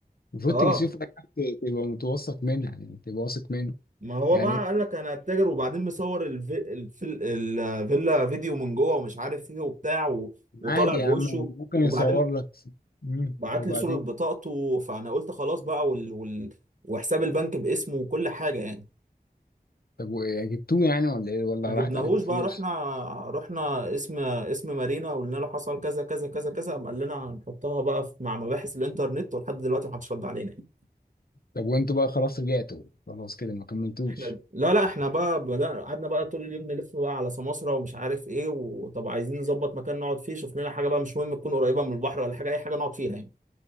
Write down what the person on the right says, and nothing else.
اه
ما هو
بقى قال لك انا هتاجر وبعدين مصور الفي... الفي... الفيلا فيديو من جوه ومش عارف ايه وبتاع و... وطالع
بوشه
وبعدين
بعت
لي صوره بطاقته فانا قلت خلاص بقى وال... وال... وحساب البنك باسمه وكل حاجه يعني
ما جبناهوش
بقى رحنا رحنا اسم اسم مارينا قلنا له حصل كذا كذا كذا كذا قام قال لنا هنحطها بقى في- مع مباحث الانترنت ولحد دلوقتي محدش رد علينا يعني
احنا لا لا احنا بقى بدأنا قعدنا بقى طول اليوم نلف بقى على سماسرة ومش عارف ايه وطب عايزين نظبط مكان نقعد فيه شوف لنا حاجة بقى مش مهم تكون قريبة من البحر ولا حاجة اي حاجة نقعد فيها يعني